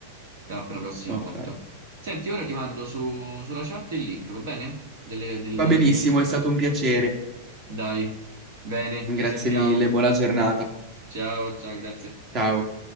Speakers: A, on the right; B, on the right.
A: Per, per la prossima
B: ok.
A: volta. Senti, ora ti mando su- sulla chat il link, va bene? Delle- del,
B: Va benissimo,
A: del reel.
B: è stato un piacere.
A: Dai, bene,
B: Grazie
A: ci sentiamo.
B: mille, buona giornata.
A: Ciao, ciao, grazie.
B: Ciao.